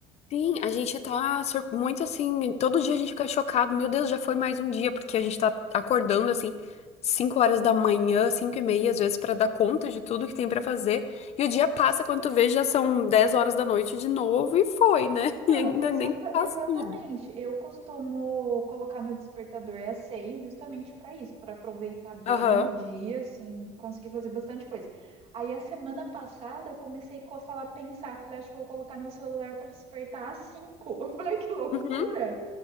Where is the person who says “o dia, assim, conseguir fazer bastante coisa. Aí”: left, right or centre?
Right